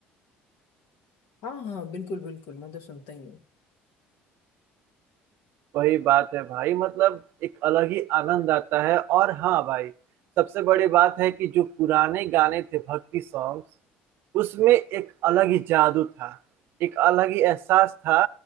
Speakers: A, on the left (about 75°); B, on the right (about 65°).
A: हाँ हाँ बिल्कुल बिल्कुल मैं तो सुनता ही हूँ
B: वही बात है भाई मतलब एक अलग ही आनंद आता है और हाँ भाई सबसे बड़ी बात है कि जो पुराने गाने थे भक्ति सॉन्ग्स उसमें एक अलग ही जादू था एक अलग ही एहसास था